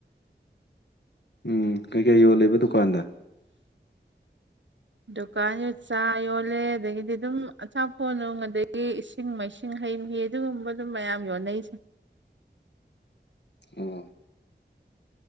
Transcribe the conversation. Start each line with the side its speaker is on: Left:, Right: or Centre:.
Left: ꯎꯝ ꯀꯩ ꯀꯩ ꯌꯣꯜꯂꯤꯕ ꯗꯨꯀꯥꯟꯗ
Right: ꯗꯨꯀꯥꯟꯁꯦ ꯆꯥ ꯌꯣꯜꯂꯦ ꯑꯗꯒꯤꯗꯤ ꯑꯗꯨꯝ ꯑꯆꯥꯄꯣꯠ ꯅꯨꯡ ꯑꯗꯒꯤ ꯏꯁꯤꯡ ꯏꯁꯤꯡ ꯃꯥꯏꯁꯤꯡ ꯍꯩ ꯃꯍꯤ ꯑꯗꯨꯒꯨꯝꯕꯗꯨꯝ ꯃꯌꯥꯝ ꯌꯣꯟꯅꯩꯁꯦ
Left: ꯑꯣ